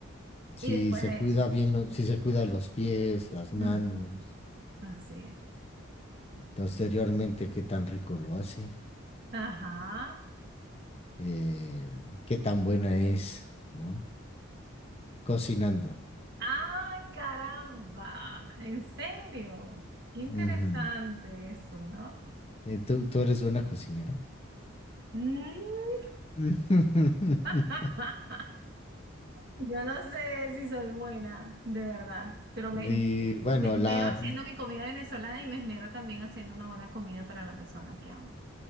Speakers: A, on the left; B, on the right.
A: Si
B: Y después
A: se
B: de
A: cuida
B: eso.
A: bien, lo- si se cuida los pies, las
B: Ujú,
A: manos,
B: Así es.
A: posteriormente qué tan rico lo hace,
B: Ajá.
A: eh, qué tan buena es, ¿no? Cocinando.
B: ¡Ah, caramba! ¿En serio? Qué interesante
A: Ujú.
B: eso, ¿no?
A: Eh, ¿Tú, tú eres buena cocinera?
B: Mm.
A: <laughs>
B: <laughs> Yo no sé si soy buena, de verdad, pero me,
A: Y
B: me
A: bueno,
B: esmero
A: la...
B: haciendo mi comida venezolana y me esmero también haciendo una buena comida para la persona que amo.